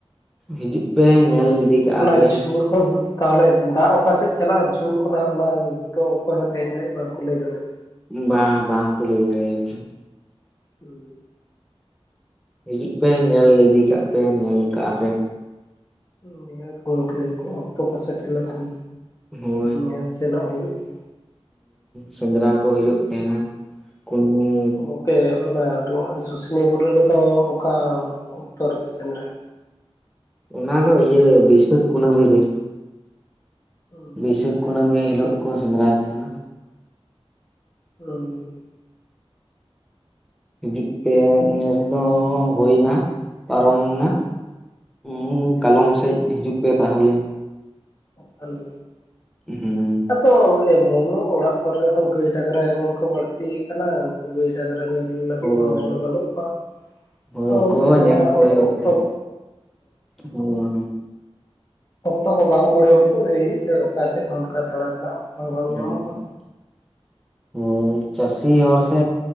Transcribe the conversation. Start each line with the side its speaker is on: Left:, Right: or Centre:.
Centre: ᱦᱤᱡᱩᱜ ᱯᱮ ᱧᱮᱞ ᱤᱫᱤ ᱠᱟᱜᱼᱟ
Left: ᱚᱱᱟ
Centre: ᱯᱮ
Left: ᱡᱷᱩᱲ ᱠᱚ ᱛᱟᱦᱚᱞᱮ ᱫᱟᱜ ᱚᱠᱟᱥᱮᱫ ᱪᱟᱞᱟᱜᱼᱟ ᱡᱷᱩᱲ ᱠᱷᱚᱱᱟᱜ ᱚᱱᱟ ᱫᱚ ᱚᱠᱚᱭ ᱦᱚᱸ ᱛᱟᱦᱮᱸ ᱫᱟᱲᱮᱭᱟᱜᱼᱟ ᱵᱟᱝᱠᱚ ᱞᱟᱹᱭ ᱫᱟᱲᱮᱭᱟᱜᱼᱟ
Centre: ᱵᱟᱝ ᱵᱟᱝ ᱠᱚ ᱞᱟᱹᱭ ᱫᱟᱲᱮᱭᱟᱜ ᱟᱠᱚ
Left: ᱦᱩᱸ
Centre: ᱦᱤᱡᱩᱜ ᱯᱮ ᱧᱮᱞ ᱤᱫᱤ ᱠᱟᱜ ᱯᱮ ᱧᱮᱞ ᱠᱟᱜᱼᱟ ᱯᱮ
Left: ᱱᱤᱦᱟᱹᱛ ᱜᱚᱢᱠᱮ ᱚᱠᱛᱚ ᱠᱚ ᱥᱮᱴᱮᱨ ᱞᱮᱠᱷᱟᱱ
Centre: ᱦᱳᱭ
Left: ᱱᱤᱦᱟᱹᱛ ᱥᱮᱱᱚᱜ ᱦᱩᱭᱩᱜ ᱜᱮᱭᱟ
Centre: ᱥᱮᱸᱫᱽᱨᱟ ᱠᱩ ᱦᱩᱭᱩᱜ ᱛᱟᱦᱮᱸᱱᱟ ᱠᱩᱱᱟᱹᱢᱤ
Left: ᱜᱚᱢᱜᱮ ᱚᱱᱟ ᱥᱩᱥᱩᱱᱤᱭᱟᱹ ᱵᱩᱨᱩ ᱨᱮᱫᱚ ᱚᱠᱟ ᱚᱠᱛᱚ ᱨᱮᱯᱮ ᱥᱮᱸᱫᱽᱨᱟᱭᱟ
Centre: ᱚᱱᱟ ᱫᱚ ᱤᱭᱟᱹ ᱵᱟᱹᱭᱥᱟᱹᱠᱷ ᱠᱩᱱᱟᱹᱢᱤ ᱨᱮ
Left: ᱦᱩᱸ
Centre: ᱵᱟᱹᱭᱥᱟᱹᱠᱷ ᱠᱩᱱᱟᱹᱢᱤ ᱦᱤᱞᱳᱜ ᱠᱚ ᱥᱮᱸᱫᱽᱨᱟᱭᱮᱫ ᱛᱟᱦᱮᱱᱟ
Left: ᱦᱩᱸ
Centre: ᱦᱤᱡᱩᱜ ᱯᱮ ᱱᱮᱥ ᱫᱚ ᱦᱩᱭ ᱮᱱᱟ ᱯᱟᱨᱚᱢ ᱮᱱᱟ ᱦᱩᱸ ᱠᱟᱞᱚᱢ ᱥᱮᱡ ᱦᱤᱡᱩᱜ ᱯᱮ ᱛᱟᱦᱚᱞᱮ
Left: ᱠᱟᱞᱚᱢ
Centre: ᱦᱩᱸ
Left: ᱟᱫᱚ ᱮᱢᱚᱱ ᱚᱲᱟᱜ ᱠᱚᱨᱮᱦᱚᱸ ᱜᱟᱹᱭ ᱰᱟᱝᱨᱟ ᱮᱢᱚᱱ ᱠᱚ ᱵᱟᱹᱲᱛᱤ ᱟᱠᱟᱱᱟ ᱩᱱᱠᱩ ᱜᱟᱹᱭ ᱰᱟᱝᱨᱟ ᱧᱮᱞ ᱞᱟᱹᱜᱤᱫ
Centre: ᱦᱳᱭ
Left: ᱦᱚᱲ ᱵᱟᱹᱱᱩᱜ ᱠᱚᱣᱟ
Centre: ᱦᱳᱭ
Left: ᱟᱫᱚ
Centre: ᱩᱱᱠᱩ ᱦᱚᱸ
Left: ᱚᱱᱟ
Centre: ᱧᱮᱞ ᱠᱚ
Left: ᱛᱤᱱᱟᱹᱜ
Centre: ᱦᱩᱭᱩᱜᱼᱟ
Left: ᱚᱠᱛᱚ
Centre: ᱥᱮ ᱦᱳᱭ
Left: ᱚᱠᱛᱚ ᱦᱚᱸ ᱵᱟᱝᱠᱚ ᱠᱩᱲᱟᱹ ᱦᱚ ᱛᱚ ᱚᱠᱟ ᱥᱮᱫ ᱦᱚᱸ ᱚᱱᱠᱟ ᱫᱟᱲᱟ ᱨᱮᱱᱟᱜ ᱚᱠᱛᱚ ᱦᱚᱸ ᱵᱟᱝ
Centre: ᱦᱳᱭ
Left: ᱧᱟᱢᱚᱜᱼᱟ
Centre: <unintelligible> ᱪᱟᱹᱥᱤ ᱦᱚᱲ ᱥᱮ